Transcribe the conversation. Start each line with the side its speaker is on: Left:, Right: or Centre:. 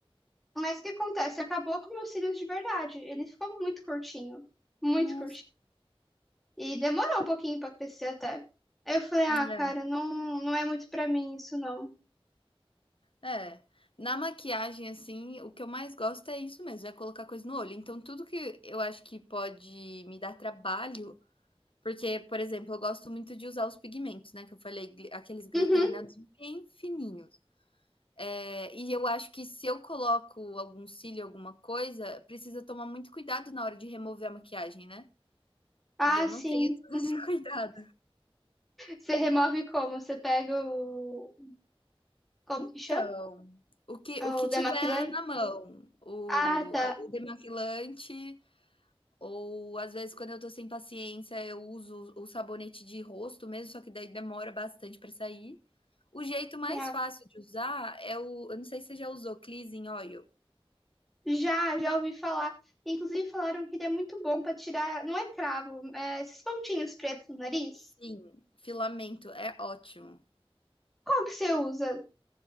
Centre: mas o que acontece? Acabou com meus cílios de verdade. Ele ficou muito curtinho, muito
Left: Nossa.
Centre: curtinho. E demorou um pouquinho pra crescer até. Aí eu falei, ah, cara,
Left: É.
Centre: não, não é muito pra mim isso não.
Left: É. Na maquiagem, assim, o que eu mais gosto é isso mesmo, é colocar coisa no olho. Então, tudo que eu acho que pode me dar trabalho porque, por exemplo, eu gosto muito de usar os pigmentos, né, que eu falei, gli aqueles glicerinados
Centre: Uhum.
Left: bem fininhos. Eh, e eu acho que se eu coloco algum cílio, alguma coisa, precisa tomar muito cuidado na hora de remover a maquiagem, né.
Centre: Ah,
Left: E eu
Centre: sim.
Left: não tenho todo
Centre: Uhum.
Left: esse <laughs> cuidado.
Centre: Você remove como? Você pega o. Como
Left: Então,
Centre: que chama?
Left: o que o
Centre: O
Left: que tiver
Centre: demaquilante?
Left: na mão, o
Centre: Ah, tá.
Left: a o demaquilante Ou às vezes, quando eu tô sem paciência, eu uso o sabonete de rosto mesmo, só que daí demora bastante para sair. O jeito mais
Centre: É.
Left: fácil de usar é o eu não sei se você já usou Cleansing Oil.
Centre: Já, já ouvi falar. Inclusive falaram que ele é muito bom pra tirar, não é cravo, é esses pontinhos pretos no nariz.
Left: Sim, filamento, é ótimo.
Centre: Qual que você usa?